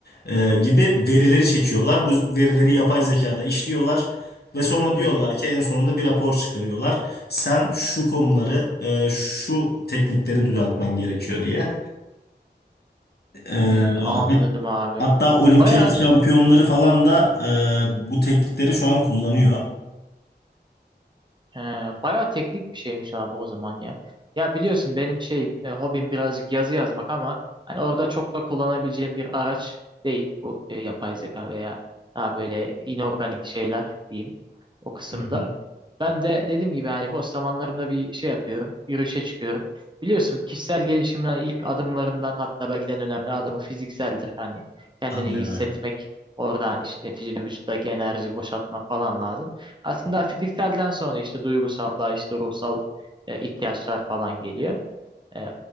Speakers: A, on the left; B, on the right.
A: Ee, gibi verileri çekiyorlar. Bu verileri yapay zekada işliyorlar ve sonra diyorlar
B: hı hı.
A: ki en sonunda bir rapor çıkarıyorlar. Sen şu konuları, e, şu teknikleri düzeltmen gerekiyor diye. Ee,
B: Hmm, anladım
A: hat-
B: abi.
A: hatta olimpiyat
B: baya
A: şampiyonları falan da e, bu teknikleri şu an kullanıyor.
B: He, bayağı teknik bir şeymiş abi o zaman ya. Ya biliyorsun benim şeyim, e, hobim birazcık yazı yazmak ama hani orada çok da kullanabileceğim bir araç değil bu e, yapay zeka veya daha böyle inorganik şeyler diyeyim o kısımda.
A: Hı hı.
B: Ben de dediğim gibi hani boş zamanlarımda bir şey yapıyorum, yürüyüşe çıkıyorum. Biliyorsun kişisel gelişimin hani ilk adımlarından hatta belki de en önemli adımı fizikseldir. Hani kendini
A: Aynen
B: iyi hissetmek,
A: öyle.
B: orada hani işte neticede vücuttaki enerjiyi boşaltmak falan lazım. Aslında fizikselden sonra işte duygusal daha işte ruhsal e, ihtiyaçlar falan geliyor. E,